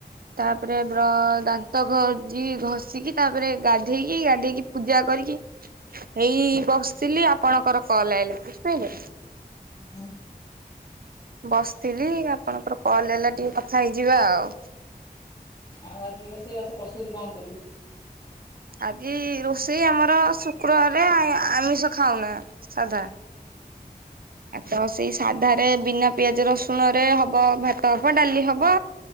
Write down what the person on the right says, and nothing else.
ତାପରେ ବ୍ର ଦାନ୍ତ ଘୋଜି ଘଷିକି, ତାପରେ ଗାଧେଇକି, ଗାଧେଇକି ପୂଜା କରି ରିକି ଏଇ ବସିଥିଲି ଆପଣଙ୍କର କଲ ଆଇଲା। ବୁଝିପାଇଲେ?
ବସଥିଲି ଆପଣଙ୍କର କଲ ଆଇଲା ଟିକେ କଥା ହେଇଯିବା ଆଉ।
ଆଜି ରୋଷେଇ ଆମର ଶୁକ୍ରବାରେ ଆଇଁ ଆମିଷ ଖାଉନା ସାଧା।
ଆ ତ ସେଇ ସାଧାରେ ବିନା ପିଆଜ ରସୁଣରେ ହବ ଭାତ ହବ, ଡାଲି ହବ